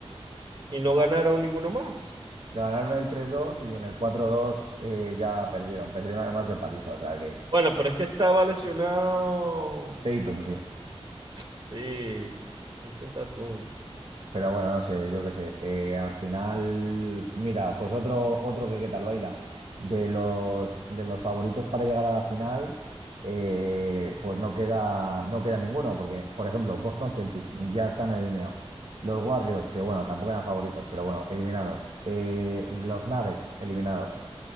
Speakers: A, on the right (about 40°); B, on the right (about 65°).
A: y no ganaron ninguno más.
B: Ganaron el tres dos y en el cuatro dos eh, ya perdieron. Perdieron además de paliza, o sea que...
A: Bueno, pero es que estaba lesionado,
B: Tatum, sí.
A: sí, Jason Tatum.
B: Pero bueno, no sé, yo qué sé. Eh, al final, mira, pues otro, otro que qué tal baila. De los, de los favoritos para llegar a la final, eh, pues no queda, no queda ninguno, porque, por ejemplo, Boston Celtics ya están eliminados. Los Warriors, que bueno, tampoco eran favoritos, pero bueno, eliminados. Eh, los Nuggets, eliminados.